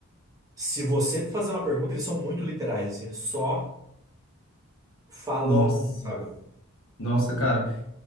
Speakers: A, on the right (about 15°); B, on the left (about 65°).
A: Se você fazer uma pergunta, eles são muito literais, assim, eles só falam,
B: Nossa,
A: sabe,
B: nossa,
A: o
B: cara.